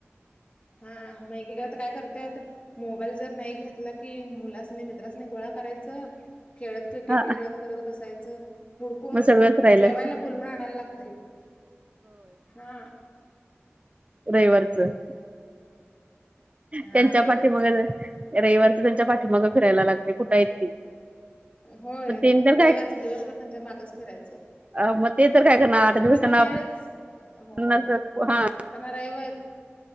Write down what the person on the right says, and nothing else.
हा
मग सगळंच राहिलं
रविवारचं.
त्यांच्या
पाठीमाग रविवारच त्यांच्या पाठीमाग फिरायला लागते कुठं येत ती.
मग ते तर
अ म ते तर काय करणार. आठ दिवसांना
आपण
असं हा